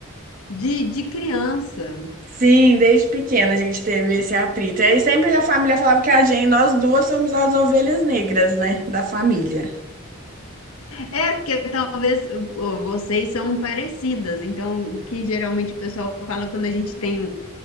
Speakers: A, on the left (about 80°); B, on the right (about 40°).
A: de, de criança.
B: sim, desde pequena a gente teve esse atrito. E aí sempre a família falava que a gente, nós duas somos as ovelhas negras, né, da família.
A: É, porque talvez uh, vocês são parecidas, então o que geralmente o pessoal fala quando a gente tem um